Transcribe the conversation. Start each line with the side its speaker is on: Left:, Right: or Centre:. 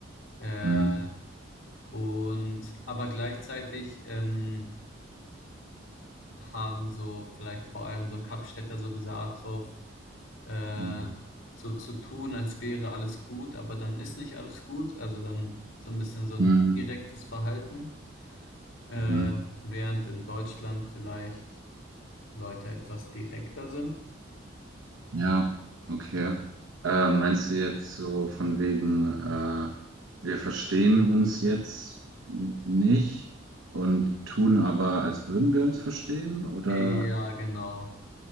Left: Äh,
Right: Mhm.
Left: und, aber gleichzeitig ähm, haben so vielleicht vor allem so Kapstädter so diese Art drauf, äh,
Right: Mhm.
Left: so zu tun, als wäre alles gut, aber dann ist nicht alles gut, also dann so ein bisschen so ein
Right: Mhm.
Left: indirektes Verhalten. äh,
Right: Mhm.
Left: während in Deutschland vielleicht Leute etwas direkter sind.
Right: Ja, okay. Äh, meinst du jetzt so von wegen, äh, wir verstehen uns jetzt n- nicht und tun aber, als würden wir uns verstehen? Oder?
Left: Ja, genau.